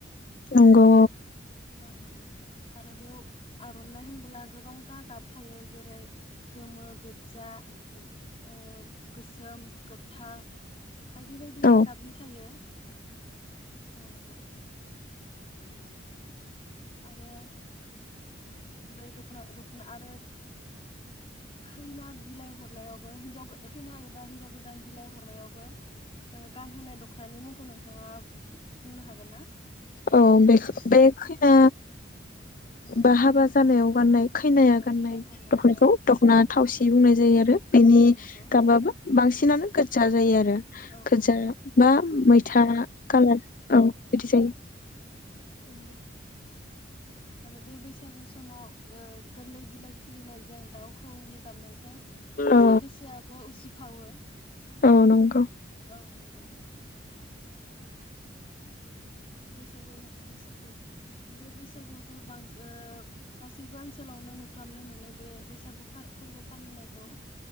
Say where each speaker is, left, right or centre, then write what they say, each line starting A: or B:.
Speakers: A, on the left; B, on the left.
A: नंगौ
B: औ नंगौ आरो बेयाव आरनाइ होनबोला गोबांथा गाब थायो जेरै गोमो गो जा ओ गोसोम, गोथां बायदि बायदि
A: औ औ
B: गाबनि थायो औ नंगौ आरो बे दखना दखना आरो खैना बिलाइ हरनायावबो हिन्जाव गो खैना एबा हिनजाव गोदान बिलाइ हरनायावबो ओ गानहोनाय दखनानि मुंखौ नोंथाङा बुंनो हागोन ना?
A: औ बे बे खैना बा हाबा जानायाव गाननाय खैनाया
B: ओ
A: गाननाय
B: बिलाइ हरनाय
A: दखनायखौ
B: औ
A: दखना थावसि बे बुंनाय जायो आरो बिनि
B: औ नंगौ
A: गाबाबबो बांसिनानो गोजा जायो आरो
B: औ
A: गोजा
B: नंगौ
A: बा मैथा कालार औ बिदि जायो
B: नंगौ आरो बे बैसागु समाव ओ गोरलै बिलाइ खिलिनायजों दाउ खौवौनि गाबनायजों जोंनि
A: औ
B: गोसोआबो उसि फावो
A: औ नंगौ
B: औ नंगौ आरो बैसागु बैसागु बे बैसागुआथ बांसिन ओ गासैबो ओनसोलावनो नुफ्रामनो मोनो बे बैसागु फोरबो फालिनायखौ